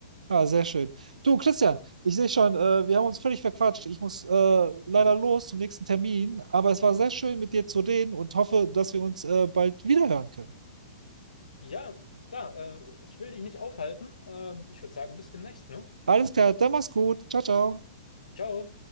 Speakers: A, on the right; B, on the left.
A: Ah, sehr schön. Du, Christian, ich sehe schon, äh, wir haben uns völlig verquatscht. Ich muss äh, leider los zum nächsten Termin, aber es war sehr schön, mit dir zu reden und hoffe, dass wir uns äh, bald wiederhören können.
B: Ja, klar, äh, ich will dich nicht aufhalten. Ähm, ich würde sagen, bis demnächst, ne?
A: Alles klar, dann mach's gut. Ciao, ciao.
B: Ciao.